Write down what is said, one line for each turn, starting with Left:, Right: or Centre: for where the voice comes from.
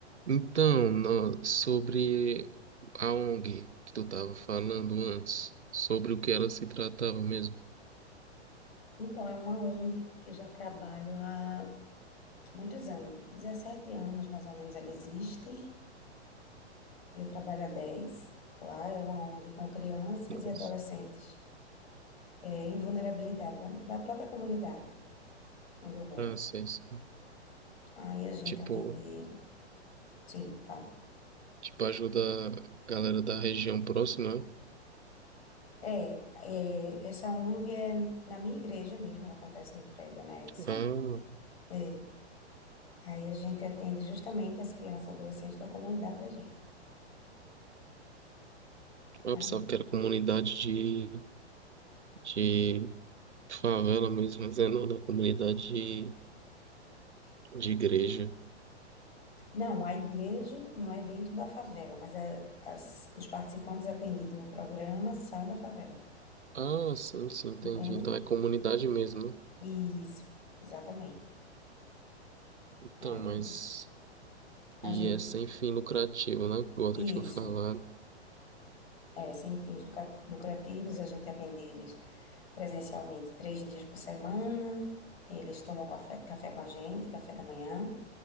Right: Então, nó- sobre a ONG que tu estava falando antes, sobre o que ela se tratava mesmo.
Left: Então, é uma ONG que eu já trabalho há muitos anos, 17 anos mais ou menos ela existe. Eu trabalho há 10. Lá é uma ONG com crianças
Right: Nossa.
Left: e adolescentes é, em vulnerabilidade da, da própria comunidade onde eu moro.
Right: Ah, sei, sei.
Left: Aí a gente
Right: Tipo,
Left: atende eles. Sim, fala.
Right: tipo, ajuda a galera da região próxima
Left: É, é, essa ONG é na minha igreja mesmo, ela acontece no prédio anexo.
Right: ah
Left: É, aí a gente atende justamente as crianças e adolescentes da comunidade da gente.
Right: a
Left: Ah,
Right: pensava que era comunidade de, de favela mesmo, mas é não, da comunidade de, de igreja.
Left: Não, a igreja não é dentro da favela, mas a- as- os participantes atendidos no programa são da favela,
Right: Ah, sim, sim, entendi.
Left: entende?
Right: Então é comunidade mesmo, né?
Left: Isso, exatamente.
Right: Então,
Left: Aí
Right: mas...
Left: a
Right: E
Left: gente,
Right: é sem fim lucrativo, né? Igual
Left: isso,
Right: tu tinha falado.
Left: é, sem fins lucra- lucrativos, a gente atende eles presencialmente três dias por semana. Eles tomam café, café com a gente, café da manhã,